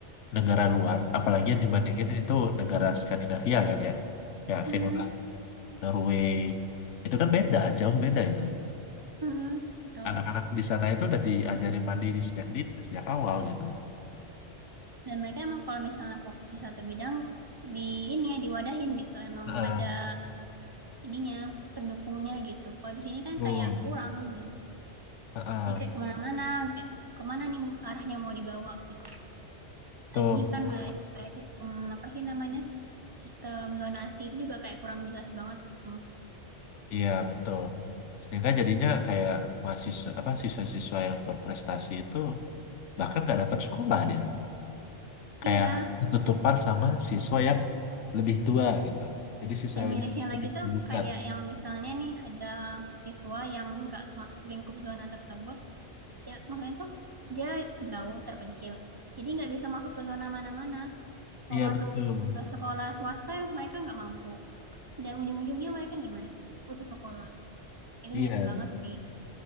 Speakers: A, on the left; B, on the right.
A: negara luar, apalagi yang dibandingin itu negara Skandinavia kan ya. Ya,
B: Hmm,
A: Finland, Norway. Itu kan beda, jauh beda itu
B: hmm, gitu.
A: anak-anak di sana itu udah diajarin mandiri sejak di sejak awal gitu
B: Dan mereka emang kalau misalnya fokus di satu bidang di ini ya diwadahin gitu. Emang
A: Heeh,
B: ada ininya pendukungnya gitu. Kalau di sini kan
A: betul.
B: kayak kurang gitu.
A: Heeh,
B: Jadi kayak kemana-mana, kayak kemana nih arahnya mau dibawa gitu.
A: betul.
B: Lagi kan eh, kayak sistem apa sih namanya? Sistem zonasi itu juga kayak kurang jelas banget. Hmm.
A: Iya, betul. Sehingga jadinya kayak mahasiswa apa siswa-siswa yang berprestasi itu bahkan nggak dapat sekolah dia. Kayak
B: Iya,
A: tutupan sama siswa yang lebih tua gitu. Jadi siswa
B: Dan
A: yang
B: mirisnya
A: lebih
B: lagi
A: lebih
B: tuh
A: dulukan.
B: kayak yang misalnya nih ada siswa yang nggak masuk lingkup zona tersebut, ya maksudnya tuh dia jauh terpencil. Jadi nggak bisa masuk ke zona mana-mana.
A: Iya,
B: Mau masuk
A: betul.
B: ke sekolah swasta mereka nggak mampu. Dan ujung-ujungnya mereka gimana? Putus sekolah. Itu
A: Iya.
B: miris banget sih.